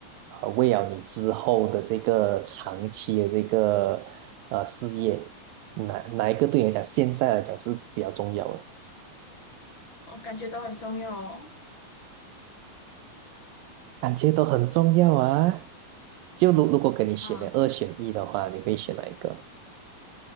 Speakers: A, on the right (about 80°); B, on the left (about 30°).
A: 呃，为了你之后的这个长期的这个呃事业，哪哪一个对你来讲，现在来讲是比较重要的？
B: 我感觉都很重要哦。
A: 感觉都很重要啊。就如如果给你选的二选一的话，
B: 啊，
A: 你会选哪一个？